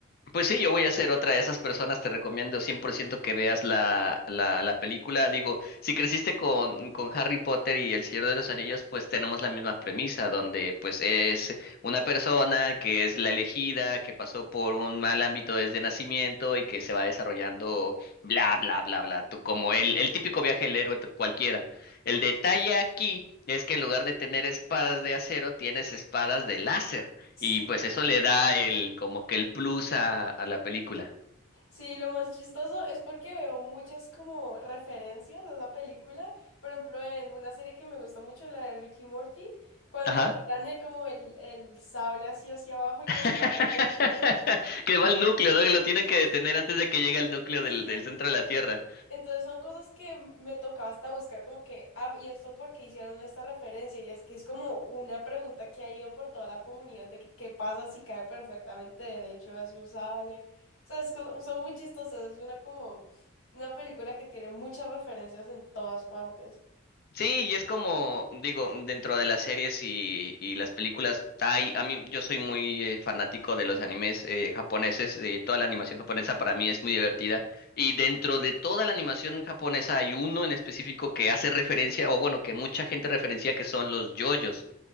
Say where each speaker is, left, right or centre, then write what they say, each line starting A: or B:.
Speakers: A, on the left (about 50°); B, on the left (about 90°).
A: Pues sí, yo voy a ser otra de esas personas, te recomiendo 100% que veas la, la, la película. Digo, si creciste con, con Harry Potter y El Señor de los Anillos, pues tenemos la misma premisa, donde pues es una persona que es la elegida, que pasó por un mal ámbito desde nacimiento y que se va desarrollando bla, bla, bla, bla, tú, como el, el típico viaje del héroe t- cualquiera. El detalle aquí es que en lugar de tener espadas de acero, tienes espadas de láser.
B: <laughs>
A: Y pues
B: sí
A: eso le da el, como que el plus a, a la película.
B: Sí, lo más chistoso es porque veo muchas como referencias a esa película. Por ejemplo, en una serie que me gusta mucho, la de Ricky Morty, cuando
A: Ajá.
B: tiran el, como el, el sable así hacia abajo y
A: <laughs>
B: que se va derecho.
A: Que va al núcleo, ¿no? Que lo tienen
B: <laughs>
A: que detener antes de que llegue al núcleo
B: Sí,
A: del,
B: sí.
A: del centro de
B: Entonces,
A: la Tierra.
B: entonces son cosas que me tocaba hasta buscar como que, ah, y esto porque hicieron esta referencia, y es que es como una pregunta que ha ido por toda la comunidad de que qué pasa si cae perfectamente derecho, así usable. O sea, es como- son muy chistosas, es una como una película que tiene muchas referencias en todas partes.
A: Sí, y es como, digo, dentro de las series y, y las películas, hay, a mí, yo soy muy eh, fanático de los animes eh, japoneses, de toda la animación japonesa para mí es muy divertida. Y dentro de toda la animación japonesa hay uno en específico que hace referencia, o bueno, que mucha gente referencia que son los yoyos.